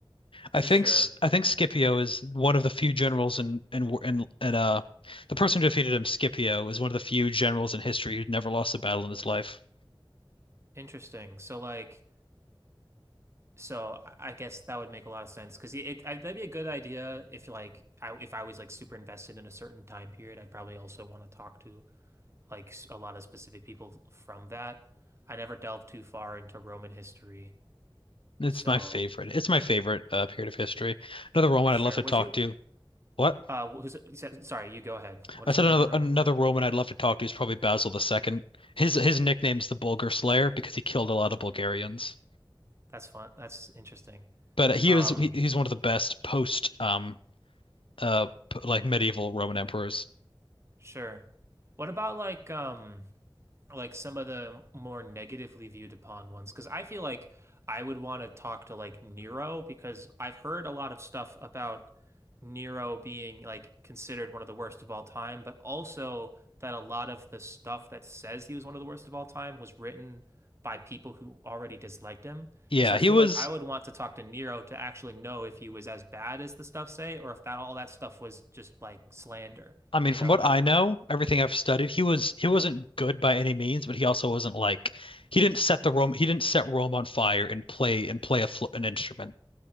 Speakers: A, on the right (about 30°); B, on the left (about 80°).
A: for
B: I think
A: sure.
B: S- I think Scipio is one of the few generals in in in, in uh the person who defeated him, Scipio, is one of the few generals in history who's never lost a battle in his life.
A: Interesting. So like, so I I guess that would make a lot of sense because it, I- that'd be a good idea if like I if I was like super invested in a certain time period, I'd probably also want to talk to. like s- a lot of specific people from that. I never delved too far into Roman history,
B: It's
A: so
B: my favorite. It's my favorite uh, period of history. Another Roman
A: for sure.
B: I'd love to
A: Would
B: talk
A: you?
B: to. What?
A: Uh, who's, you said- sorry, you go ahead. What
B: I
A: is
B: said
A: another
B: another
A: Roman?
B: another Roman I'd love to talk to is probably Basil the Second. His his nickname's the Bulgar Slayer because he killed a lot of Bulgarians.
A: That's fun. That's interesting.
B: But he
A: Um,
B: was he, he's one of the best post um uh p- like medieval Roman emperors.
A: sure. What about like um? like some of the more negatively viewed upon ones because I feel like I would want to talk to like Nero because I've heard a lot of stuff about Nero being like considered one of the worst of all time, but also that a lot of the stuff that says he was one of the worst of all time was written by people who already disliked him.
B: Yeah,
A: So I
B: he
A: feel
B: was.
A: like I would want to talk to Nero to actually know if he was as bad as the stuff say or if that all that stuff was just like slander,
B: I mean,
A: you
B: from
A: know?
B: what I know, everything I've studied, he was he wasn't good by any means, but he also wasn't like he didn't set the Rome he didn't set Rome on fire and play and play a fl an instrument.